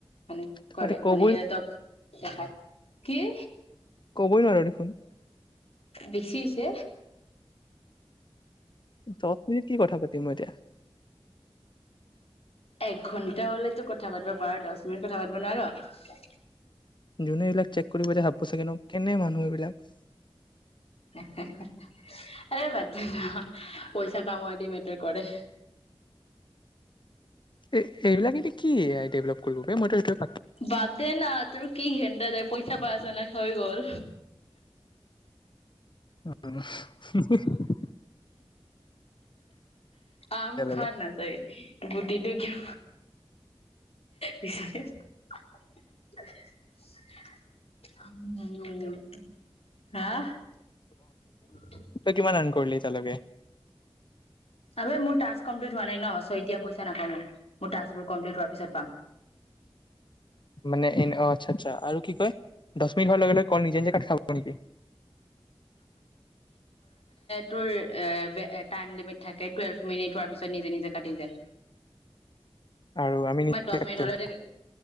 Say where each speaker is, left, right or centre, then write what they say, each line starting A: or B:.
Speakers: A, on the left; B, on the left.
A: মানে
B: তহঁতে
A: কৰে
B: কবই
A: মানে সিহঁতক <unintelligible> কি?
B: কবই নোৱাৰো দেখোন?
A: বেছিছে
B: দহ মিনিট কি কথা পাতিম মই এতিয়া?
A: এক ঘন্টা হলেতো কথা পাতিব পাৰা দহ মিনিট কথা পাতিব নোৱাৰ?
B: যোনে এইবিলাক চেক কৰিব যে ভাবো চাগেনো কেনে মানুহ এইবিলাক।
A: আৰে বাদে না পইচা কামোৱ দি মেটাৰ কৰে।
B: এ এইবিলাক এদি কি এআই ডেভেলপ কৰিব প মইতো এইটো
A: বাদে না তোৰ কি ঘেণ্ন্দা যায় পইচা পাই আছ নাই। হৈ গ'ল
B: অ
A: আম
B: এতিয়ালৈকে
A: খা না তাই। গুটিটো কিয় বিচাৰিছ। উ। উ হা
B: তই কিমান ৰান কৰিলি তালকে
A: আবে মোৰ টাস্ক কমপ্লিট হোৱা নাই ন, চৌ এতিয়া পইচা নাপাম মোৰ টাস্ক বোৰ কমপ্লি হোৱাৰ পিছত পাম।
B: মানে এনে অ আচ্ছা, আচ্ছা আৰু কি কয় দহ মিনিট হোৱাৰ লগে, লগে কল নিজে নিজে কাটি খাব নেকি?
A: টোৰ এ টাইম লিমিট থাকে টুৱেল্ভ মিনিট হোৱাৰ পিছত নিজে, নিজে কাটি যায়।
B: আৰু আমি নিজে
A: বাত দহ
B: কাট
A: মিনিট
B: খাব
A: হলে
B: ন